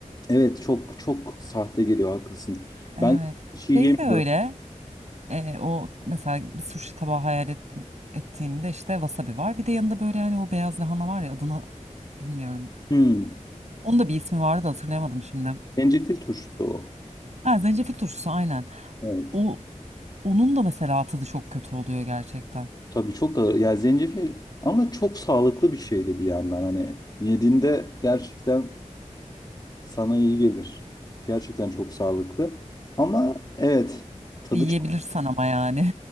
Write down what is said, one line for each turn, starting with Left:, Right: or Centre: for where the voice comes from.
Left: evet çok çok sahte geliyor haklısın.
Right: Evet.
Left: Ben şey
Right: Şey
Left: yemiyorum.
Right: de öyle. e, o mesela bir sushi tabağı hayal ettim, ettiğimde işte wasabi var. Bir de yanında böyle hani o beyaz lahana var ya adını bilmiyorum.
Left: Hmm.
Right: Onun da bir ismi vardı da hatırlayamadım şimdi.
Left: Zencefil turşusu o.
Right: Ha zencefil turşusu aynen.
Left: Evet.
Right: O onun da mesela tadı çok kötü oluyor gerçekten.
Left: Tabii çok ağır. Ya zencefil ama çok sağlıklı bir şey de bir yandan hani yediğinde gerçekten sana iyi gelir. Gerçekten çok sağlıklı. Ama evet tadı
Right: Yiyebilirsen
Left: çok
Right: ama yani.